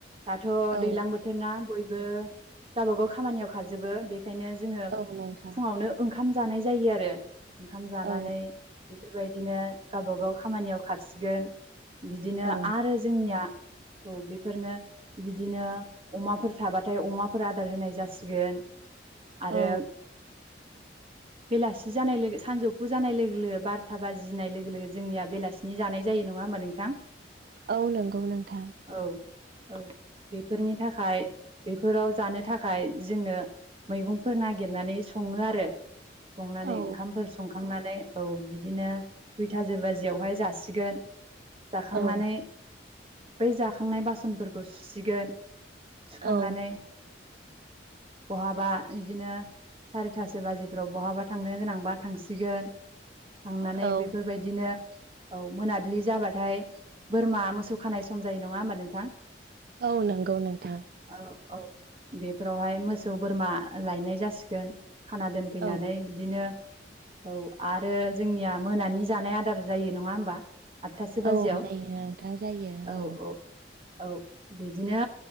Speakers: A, on the right (about 30°); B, on the right (about 55°).
A: दाथ'
B: औ
A: दैलां बोथोरना बयबो गावबा गाव खामानियाव खारजोबो बे बेखायनो जोङो
B: औ नोंथां
A: फुङावनो ओंखाम जानाय जायो आरो ओंखाम जानानै
B: औ
A: बेफोरबायदिनो गावबा गाव खामानियाव खारसिगोन बिदिनो
B: औ
A: आरो जोंनिया औ बेफोरनो बिदिनो अमाफोर थाबाथाय अमाफोर आदार होनाय जासिगोन आरो
B: औ
A: बेलासि जानाय लोगो सानजौफु जानाय लोगो-लोगो बारथा बाजिनाय लोगो-लोगो जोंनिया बेलासिनि जानाय जायो नङा होमबा नोंथां?
B: औ नोंगौ नोंथां।
A: औ-औ बेफोरनि थाखाय बेफोराव जानो थाखाय जोङो मैगंफोर नागिरनानै सङो आरो संनानै
B: औ
A: ओंखामफोर संखांनानै औ बिदिनो दुइथाजो बाजियावहाय जासिगोन जाखांनानै
B: औ
A: बै जाखांनाय बासनफोरखौ सुसिगोन सुखांनानै
B: औ <inaudible>
A: बहाबा इदिनो सारिथासो बाजिफ्राव बहाबा थांनो गोनांबा थांसिगोन। थांनानै
B: औ
A: बेफोरबायदिनो औ मोनाबिलि जाबाथाय बोरमा मोसौ खानाय सम जायो नङा होमबा नोंथां?
B: औ नोंगौ नोंथां।
A: औ-औ बेफोरावहाय मोसौ बोरमा लायनाय जासिगोन। खाना दोनफैनानै
B: औ
A: <unintelligible> दिनो औ आरो जोंनिया मोनानि जानाय आदार जायो नङा होमबा? आतथासो बाजियाव
B: औ जायो नोंथां जायो
A: औ-औ।
B: औ
A: औ बिदिनो